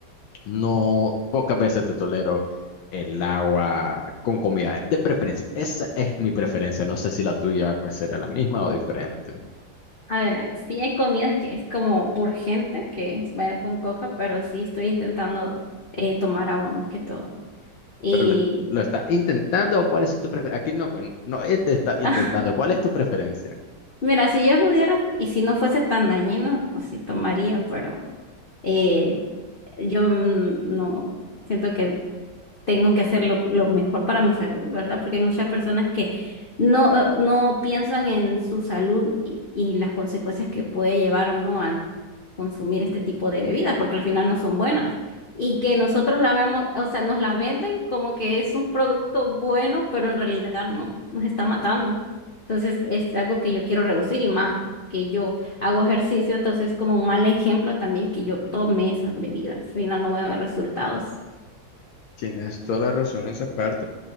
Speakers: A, on the left; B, on the left.
A: No, pocas veces te tolero el agua con comida, de preferencia. Esa es mi preferencia. No sé si la tuya pues será la misma o diferente,
B: A ver, sí hay comidas que es como urgente que vaya con coca, pero sí estoy intentando eh, tomar agua más que todo. Y
A: pero lo, lo estás intentando o cuál es tu preferencia. Aquí no, pues, no, este está intentando.
B: <laughs>
A: ¿Cuál es tu preferencia?
B: mira, si yo pudiera y si no fuese tan dañino, pues sí tomaría, pero Eh, yo mm, no siento que tengo que hacer lo, lo mejor para mi salud, ¿verdad? Porque hay muchas personas que no, eh, no piensan en su salud y, y las consecuencias que puede llevar uno al consumir este tipo de bebidas, porque al final no son buenas. Y que nosotros la vemos, o sea, nos la venden como que es un producto bueno, pero en realidad no, nos está matando. Entonces es algo que yo quiero reducir y más, que yo hago ejercicio, entonces es como un mal ejemplo también que yo tome esas bebidas, al final no voy a ver resultados.
A: Tienes toda la razón en esa parte.